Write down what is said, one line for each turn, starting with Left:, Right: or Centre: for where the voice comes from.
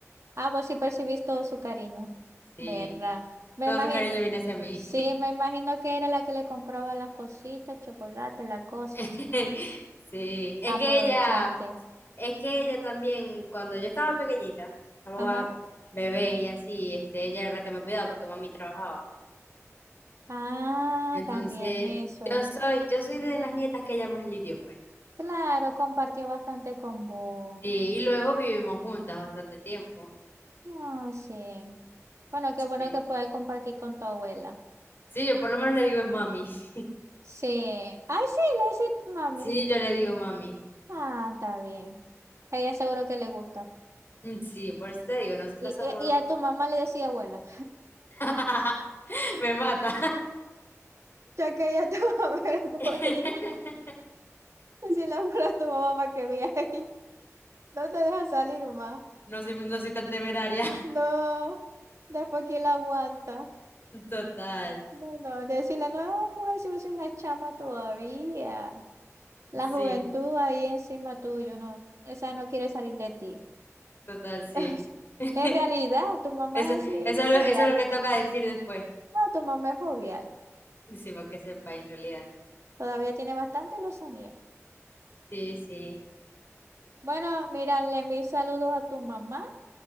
Right: Ah, vos sí percibís todo su cariño,
Left: Sí.
Right: ¿verdad? Me
Left: Todo
Right: imagino,
Left: su cariño viene hacia mí.
Right: sí, me imagino que era la que le compraba las cositas, chocolate, la cosa.
Left: <laughs> Sí. Es
Right: Aprovechaste.
Left: que ella... Es que ella también, cuando yo estaba pequeñita, estaba
Right: Ajá.
Left: bebé y así, este, ella era la que me cuidaba porque mami trabajaba.
Right: Ah,
Left: Entonces,
Right: también eso.
Left: yo soy, yo soy de las nietas que ella más lidió, pues.
Right: Claro, compartió bastante con vos.
Left: Sí, y luego vivimos juntas bastante tiempo.
Right: Ah, sí. Bueno, qué
Left: Sí.
Right: bueno que puedes compartir con tu abuela.
Left: Sí, yo por lo menos le digo es mami. <laughs>
Right: Sí. Ay, sí, le hiciste, mami.
Left: Sí, yo le digo mami.
Right: Ah, está bien. A Ella seguro que le gusta.
Left: Mm, Sí, por eso te digo, nosotras
Right: Y,
Left: somos...
Right: y, y a tu mamá le decía abuela.
Left: <laughs> Me mata.
Right: Ya quería tu mamá, pero tu
Left: <laughs>
Right: mamá le <laughs> decía, si la fuera tu mamá para que viera ahí. No te deja salir más.
Left: No soy, no soy tan temeraria.
Right: No. Después quién la aguanta.
Left: <laughs> Total,
Right: No, no. Decirle, no, mujer, si vos sos una chama todavía. La
Left: sí,
Right: juventud ahí encima tuyo, no. Esa no quiere salir de ti.
Left: total, sí.
Right: <laughs>
Left: <laughs>
Right: En realidad, tu mamá
Left: Eso, eso,
Right: es así,
Left: es lo-
Right: jovial.
Left: eso es lo que toca decir después.
Right: No, tu mamá es jovial.
Left: Sí, para que sepa en realidad.
Right: Todavía tiene bastante lozanía.
Left: Sí, sí.
Right: Bueno, mira, le envío saludos a tu mamá.